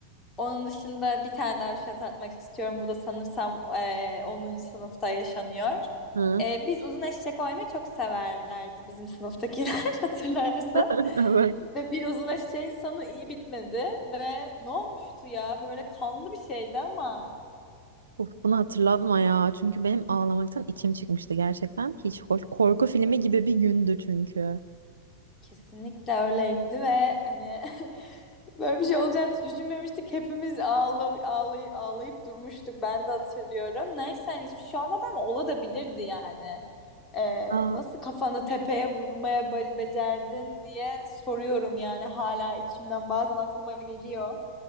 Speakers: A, on the left; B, on the right.
A: onun dışında bir tane daha bir şey hatırlatmak istiyorum. Bu da sanırsam e, 10. sınıfta yaşanıyor.
B: Hı,
A: Ee, biz uzun eşek oynamayı çok severlerdi bizim sınıftakiler <laughs> hatırlarsan.
B: <laughs> evet.
A: Ve bir uzun eşeğin sonu iyi bitmedi ve ne olmuştu ya böyle kanlı bir şeydi ama.
B: Of, bunu hatırlatma ya. Çünkü benim ağlamaktan içim çıkmıştı gerçekten. Hiç hoş. Korku filmi gibi bir gündü çünkü.
A: Kesinlikle öyleydi ve, hani, <laughs> böyle bir şey olacağını hiç düşünmemiştik. Hepimiz ağla ağlay ağlayıp durmuştuk. Ben de hatırlıyorum. Neyse, hani, hiçbir şey olmadı ama olabilirdi, yani. Eee,
B: Aa,
A: nasıl kafanı tepeye vurmaya be becerdin diye soruyorum, yani, hala içimden bazen aklıma geliyor.